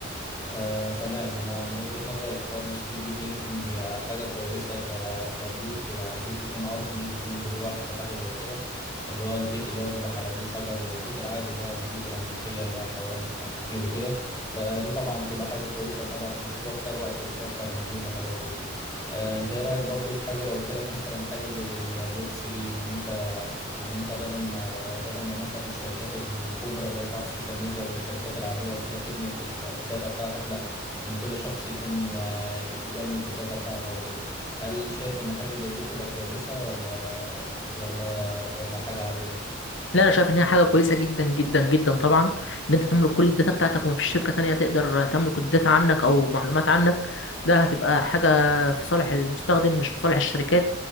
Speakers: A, on the left (about 20°); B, on the left (about 70°).
A: آه، تمام انا من وجهة نظري في حوار ال 3 دي برينتنج حاجه كويسه ك... كبيوت يعني بيت يكون ارضي بيكون دور واحد وحاجه زي كده اللي هو البيت اللي هو بيبقى حواليه شجر والبيت العادي اللي هو البيوت الامريكيه اللي هي حواليها مساحات كتير وكده فدي طبعا تبقى حاجه كويسه طبعا وبتوفر وقت وبتوفر مجهود وحاجات زي كده آه، انت ايه رايك برضو في حاجه لو قلت لك مثلا حاجه زي الويب 3 ان انت ان انت بدل ما بدل ما مثلا الشركات الكبرى اللي هي بتاعت السوشيال ميديا والشركات العادية وكده تملك ال- الداتا بتاعتك لا ان كل شخص يكون آه، يملك الداتا بتاعته او كده هل شايف ان حاجة زي دي بتبقى كويسة ولا ولا ولا حاجة عادية
B: لا انا شايف ان هي حاجه كويسه جدا جدا جدا طبعا ان انت تملك كل الداتا بتاعتك ومفيش شركه تانية تقدر تملك الداتا عنك او معلومات عنك ده هتبقى حاجه في صالح المستخدم مش في صالح الشركات